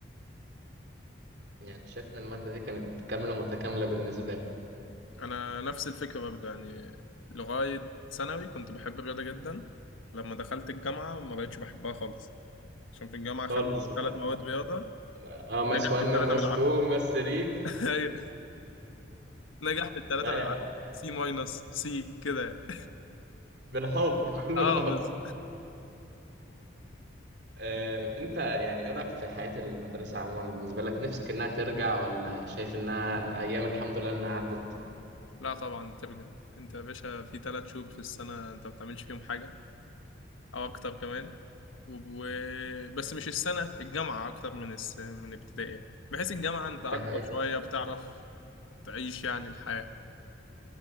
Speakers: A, on the right; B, on the left.
A: يعني شايف ان الماده دي كانت كامله متكامله بالنسبه لي
B: انا نفس الفكرة برضه يعني لغاية ثانوي كنت بحب الرياضة جدا لما دخلت الجامعة ما بقتش بحبها خالص عشان في الجامعة خدنا
A: خالص
B: ثلاث مواد رياضة
A: اه ماس
B: نجح
A: 1
B: في الثلاثة
A: وماس
B: بالعافية
A: 2 وماس 3
B: <laughs> ايوه نجح في الثلاثة
A: لا
B: بالعافية
A: يا عم
B: سي ماينس سي كده يعني.
A: بالحب <laughs> كله
B: اه
A: بالحب
B: بس
A: آه، انت يعني ايه رايك في حياه المدرسه عموما بالنسبه لك نفسك انها ترجع ولا شايف انها ايام الحمد لله انها عدت
B: لا طبعا ترجع انت يا باشا في ثلاث شهور في السنة انت ما بتعملش فيهم حاجة او اكتر كمان و... و- بس مش السنة الجامعة اكتر من الس... من ابتدائي بحيث الجامعة انت اكبر
A: ده حقيقه
B: شوية بتعرف تعيش يعني الحياة